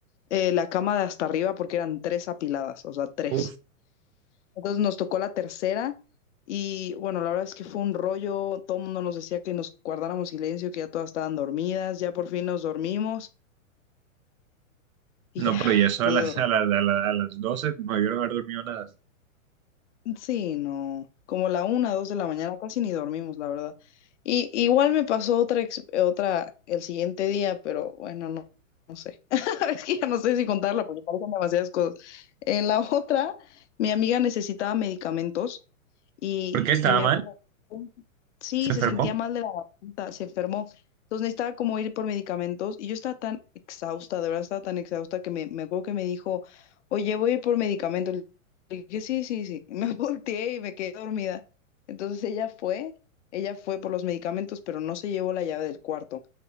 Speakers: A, on the left; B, on the right.
A: eh, la cama de hasta arriba porque eran tres apiladas, o sea, tres.
B: Uf,
A: Entonces nos tocó la tercera y bueno, la verdad es que fue un rollo, todo el mundo nos decía que nos guardáramos silencio, que ya todas estaban dormidas, ya por fin nos dormimos y
B: no,
A: ya
B: pero ya eso
A: pude
B: a las,
A: dormir.
B: a las, a la- a las 12 no debieron haber dormido nada.
A: Sí, no, como la una, dos de la mañana casi ni dormimos, la verdad. Y igual me pasó otra, ex- otra el siguiente día, pero bueno, no, no sé. <laughs> Es que ya no sé si contarla porque parecen demasiadas cosas. En la <laughs> otra, mi amiga necesitaba medicamentos y,
B: ¿Por qué estaba
A: y me
B: mal?
A: acuerdo Sí,
B: ¿Se
A: se
B: enfermó?
A: sentía mal de la garganta, se enfermó. Entonces necesitaba como ir por medicamentos y yo estaba tan exhausta, de verdad estaba tan exhausta que me, me acuerdo que me dijo, oye, voy a ir por medicamentos. Le dije, sí, sí, sí. Y me <laughs> volteé y me quedé dormida. Entonces ella fue, ella fue por los medicamentos, pero no se llevó la llave del cuarto